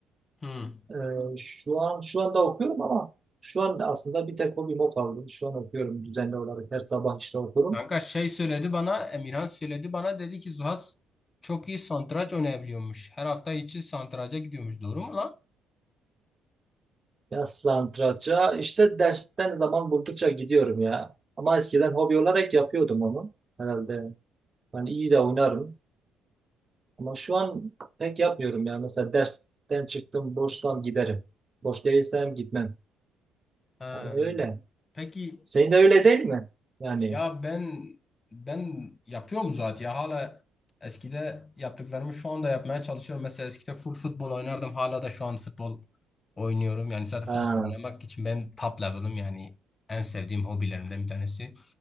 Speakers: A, on the left; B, on the right.
A: Hmm.
B: E, şu an şu anda okuyorum ama şu an aslında bir tek hobim o kaldı. Şu an okuyorum düzenli olarak her sabah işte okurum.
A: Kanka şey söyledi bana, Emirhan söyledi bana dedi ki Zuhas çok iyi satranç oynayabiliyormuş. Her hafta içi satranca gidiyormuş. Doğru mu lan?
B: Ya satranca işte dersten zaman buldukça gidiyorum ya. Ama eskiden hobi olarak yapıyordum onu. Herhalde ben iyi de oynarım. Ama şu an pek yapmıyorum ya. Mesela dersten çıktım, boşsam giderim. Boş değilsem gitmem.
A: Ee,
B: Yani öyle.
A: peki
B: Senin de öyle değil mi? Yani.
A: ya ben ben yapıyorum zaten ya hala eskide yaptıklarımı şu anda yapmaya çalışıyorum. Mesela eskide full futbol oynardım. Hala da şu an futbol oynuyorum. Yani zaten
B: Ha,
A: futbol oynamak için benim top level'ım yani en sevdiğim hobilerimden bir tanesi.